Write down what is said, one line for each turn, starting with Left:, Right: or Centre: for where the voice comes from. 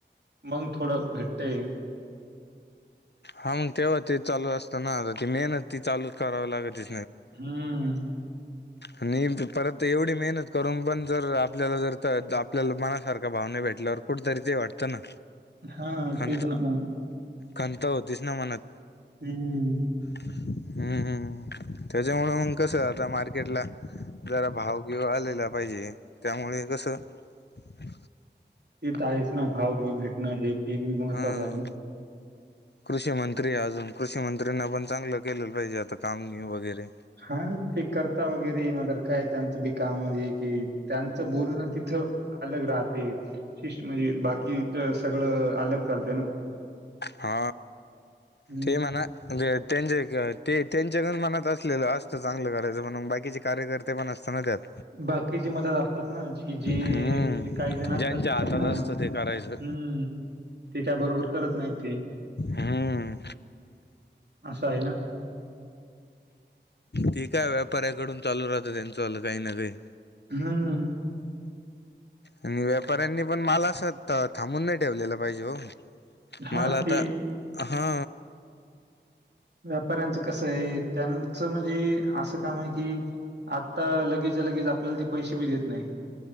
Right: मंग थोडं भेटते
Left: हा मग तेव्हा ते चालू असताना आता ती मेहनत ती चालूच करावी लागते
Right: हम्म.
Left: आणि परत एवढी मेहनत करून पण जर आपल्याला जर आपल्याला मनासारखा भावना भेटल्यावर कुठतरी ते वाटतं ना
Right: हा
Left: खंत
Right: तेच ना मग.
Left: खंत होतीच ना मनात.
Right: हमम.
Left: हमम मम. त्याच्यामुळे कसं आता बारीक घेतलाला जरा भाव बिव आलेला पाहिजे. त्यामुळे कसं <inaudible>
Right: तेेत आहेच ना भाव बिव भेटणं आहे. ते भी महत्वाच
Left: हा
Right: आहे ना.
Left: कृषी मंत्री अजून कृषी मंत्रीना पण चांगलं केलंल पाहिजे. त काम वगैरे
Right: हा ते करता वगैरे म काय त्यांचं बी काम म्हणजे कि त्यांचं बोलणं तिथं अलग राहते. शिष्ट म्हणजे बाकीच सगळं अलग चालतं ना.
Left: हा
Right: हं.
Left: ते म्हणा त्यांचे ते त्यांच्याकड म्हणत. केल असतं चांगलं करायचं पण म बाकीचे कार्यकर्ते पण असतना त्यात.
Right: बाकीचे मतात असतात ना कि जे
Left: हम्म
Right: काही जण असतात
Left: ज्यांच्या
Right: की
Left: हातात
Right: त्यांना
Left: असतं
Right: हमम
Left: ते करायचं
Right: त्याच्या बरोबर करत नाही. ते
Left: हम्म
Right: अशा आहे ना.
Left: ते काय व्यापाऱ्याकडून चालू राहतं त्यांच्या वालं काही ना काही.
Right: हमम.
Left: आणि व्यापाऱ्यांनी पण माल स्वतः थांबून नाही ठेवलेलं पाहिजे हो.
Right: हां,
Left: माल आता
Right: ते
Left: हा.
Right: व्यापाऱ्यांचं कसं आहे त्यांचं म्हणजे असं काम आहे की आत. आता लगेचच्या लगेच आपल्याला ते पैसे बी देत नाही.